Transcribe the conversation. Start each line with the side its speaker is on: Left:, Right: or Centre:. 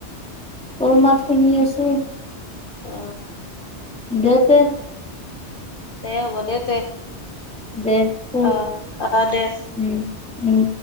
Centre: তোৰ মাত শুনি আছো
Left: অ
Centre: দেতে
Left: দে হ'ব দে তে।
Centre: দে খুব
Left: অ অ দে
Centre: উম উম